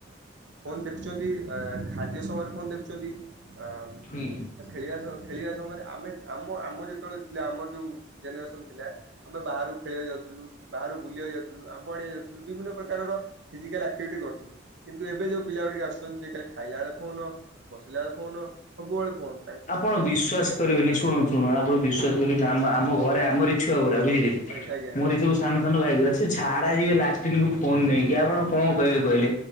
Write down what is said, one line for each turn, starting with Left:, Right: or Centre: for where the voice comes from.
Right: ଫୋନ୍ ଦେଖୁଚନ୍ତି ଆ ଖାଦ୍ୟ ସମୟରେ ଫୋନ୍ ଦେଖୁଚନ୍ତି ଆ
Left: ହୁଁ।
Right: ଆ ଖେଳିବା ସ ଖେଳିବା ସମୟରେ ଆମେ ଆମ ଆମ ଯେତେବେଳେ ଥିଲା ଆମ ଯେଉଁ ଜେନେରେସନ୍ ଥିଲା ଆମେ ବାହାରୁ ଖେଳିବାକୁ ଯାଉଥୁଲୁ ବାହାରୁକୁ ବୁଲିବାକୁ ଯାଉଥୁଲୁ ଆମ୍ବ ଆଣିବାକୁ ଯାଉଥୁଲୁ ବିଭିନ୍ନ ପ୍ରକାରର ଫିଜିକାଲ୍ ଆକ୍ଟିଭିଟି କରଥୁଲୁ। କିନ୍ତୁ ଏବେ ଯୋଉ ପିଲା ଗୁଡ଼ିକ ଆସୁଛନ୍ତି ଯେ ଖାଲି ଖାଇଲା ବେଳେ ଫୋନ ବସିଲା ବେଳେ ଫୋନ ସବୁବେଳେ ଫୋନ୍
Left: ଆପଣ ବିଶ୍ଵାସ କରିବେନି ଶୁଣନ୍ତୁ ଶୁଣୁ ଆପଣ ବିଶ୍ଵାସ
Right: ହୁଁ
Left: କରିବେ ଆମ ଆମ ଘରେ ଆମର ଇ ଛୁଆଗୁୁରା ବୁଝିଲେ କି
Right: ଆଜ୍ଞା ଆଜ୍ଞା
Left: ମୋରି ସବୁ ସାନ ସାନ ଭାଇ ଗୁଡା ସେ ଛାଡା ଯିବେ ଲାଟିନ୍ କୁ ଫୋନ ନେଇକି ଆପଣ କଣ କହିବେ କହିଲେ